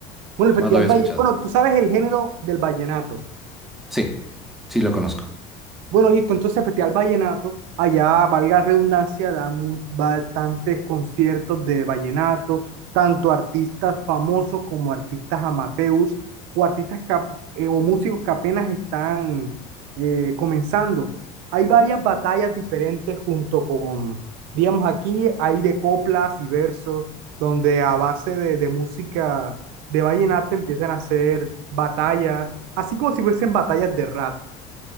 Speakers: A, on the right (about 80°); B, in the centre.
A: Bueno,
B: jamás
A: el Festival
B: lo había
A: Valle,
B: escuchado.
A: bueno, tú sabes el género del vallenato.
B: Sí, sí lo conozco.
A: Bueno, listo. Entonces, Festival Vallenato, allá, valga la redundancia, damos bastantes conciertos de vallenato, tanto artistas famosos como artistas amateurs o artistas que ap- eh, o músicos que apenas están eh, comenzando. Hay varias batallas diferentes junto con, digamos, aquí hay de coplas y versos, donde a base de, de música de vallenato empiezan a hacer batallas, así como si fuesen batallas de rap